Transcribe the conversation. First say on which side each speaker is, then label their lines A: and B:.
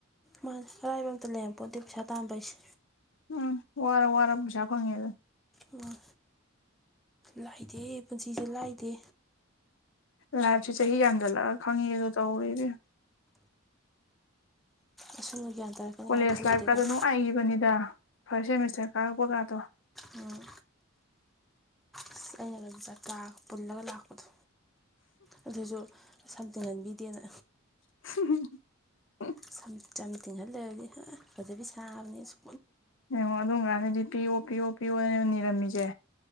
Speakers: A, in the centre; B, on the left.
A: ꯃꯥꯅꯦ ꯑꯔꯥꯏꯕ ꯑꯝꯇ ꯂꯩꯔꯝ ꯄꯣꯠꯇꯦ ꯄꯩꯁꯥ ꯇꯥꯟꯕꯩꯁꯦ
B: ꯎꯝ ꯋꯥꯔ ꯋꯥꯔ ꯄꯩꯁꯥ ꯐꯪꯉꯦꯗꯨꯅꯤ
A: ꯑꯣ ꯂꯥꯏꯗꯦ ꯄꯨꯟꯁꯤꯁꯦ ꯂꯥꯏꯗꯦ
B: ꯂꯥꯏꯞꯁꯦ ꯆꯍꯤ ꯌꯥꯝꯖꯜꯒ ꯈꯪꯉꯤꯗꫭ ꯇꯧꯔꯦ ꯏꯕꯦꯝꯃ
A: ꯑꯁꯨꯝꯕ ꯒ꯭ꯌꯥꯟ ꯇꯥꯔꯛꯀꯅꯤ
B: ꯀꯣꯂꯦꯖ
A: ꯀꯥꯏ ꯈꯜꯂꯨꯗꯦ
B: ꯂꯥꯏꯐꯀꯗꯣ
A: ꯀꯥꯏ
B: ꯅꯨꯡꯉꯥꯏꯈꯤꯕꯅꯤꯗ ꯐꯥꫪꯁ ꯁꯦꯃꯤꯁꯇꫪ ꯀꯥꯔꯛꯄꯒꯗꯣ
A: ꯎꯝ ꯑꯁ ꯑꯩꯅꯒ ꯆꯀꯥ ꯄꯨꯜꯂꯒ ꯂꯥꯛꯄꯗꯣ ꯑꯗꯨꯁꯨ ꯁꯝꯇꯤꯡꯍꯟꯕꯤꯗꯦꯅ
B: <unintelligible>
A: ꯁꯝ <unintelligible> ꯇꯤꯡꯍꯜꯂꫭꯔꯗꯤ ꯐꯖꯕꯤ ꯁꯥꯕꯅꯤ ꯑꯩꯁꯨ
B: ꯑꯦꯡꯉꫭ ꯑꯗꯨꯀꯥꯟꯗꯗꯤ ꯄꯤꯌꫭ ꯄꯤꯌꫭ ꯄꯤꯌꯣꯅ ꯅꯤꯔꯝꯃꯤꯁꯦ